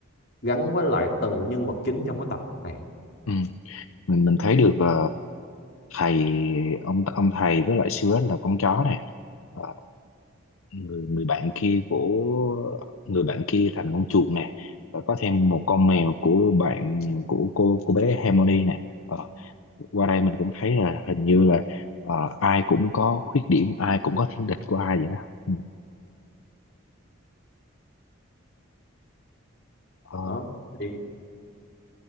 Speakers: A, on the left (about 50°); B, on the left (about 75°).
A: gắn với lại từng nhân vật chính trong cái tập này
B: ừ. mình mình thấy được ờ, thầy ông ông thầy với lại siêu là con chó này Ờ, người người bạn kia của người bạn kia thành con chuột này và có thêm một con mèo của bạn của cô cô bé Harmony này Ờ, qua đây mình cũng thấy là hình như là ờ, ai cũng có khuyết điểm ai cũng có thiên địch của ai vậy đó ừ. Ờ,
A: đó Thì